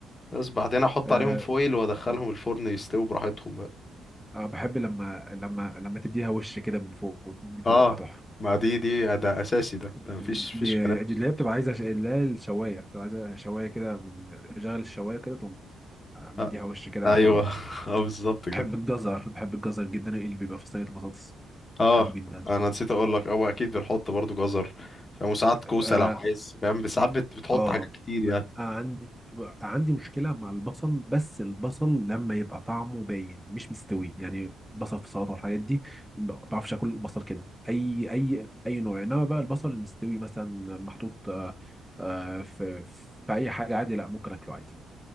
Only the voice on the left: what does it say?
بس بعدين احط
عليهم فويل وادخلهم
الفرن يستووا براحتهم بقى
اه
ما دي دي ده اساسي ده
ده مفيش فيش
كلام
آه،
ايوه
<laughs> اه بالظبط كده
اه
انا نسيت اقول لك اه اكيد بنحط برضو جزر فاهم وساعات كوسه
لو عايز فاهم بس ساعات بت- بتحط
حاجات كتير
يعني